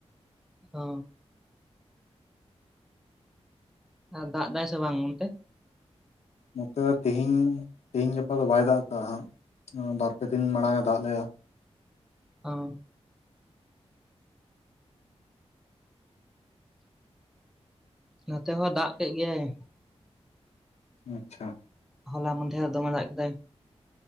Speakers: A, in the centre; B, on the left (about 75°).
A: ᱳ ᱟᱨ ᱫᱟᱜ ᱫᱟᱭ ᱥᱮ ᱵᱟᱝ ᱚᱱᱛᱮ
B: ᱱᱚᱛᱮ ᱫᱚ ᱛᱤᱦᱮᱧ ᱛᱤᱦᱤᱧ ᱜᱟᱯᱟ ᱫᱚ ᱵᱟᱭ ᱫᱟᱜ ᱫᱟ ᱦᱟᱸᱜ ᱵᱟᱨᱯᱮ ᱫᱤᱱ ᱢᱟᱲᱟᱝ ᱮ ᱫᱟᱜ ᱞᱮᱜᱼᱟ
A: ᱚ ᱱᱚᱛᱮ ᱦᱚᱸ ᱫᱟᱜ ᱠᱮᱫ ᱜᱮᱭᱟᱭ
B: ᱟᱪᱪᱷᱟ
A: ᱦᱚᱞᱟ ᱢᱟᱱᱫᱷᱮᱨ ᱫᱚᱢᱮ ᱫᱟᱜ ᱠᱮᱫᱟᱭ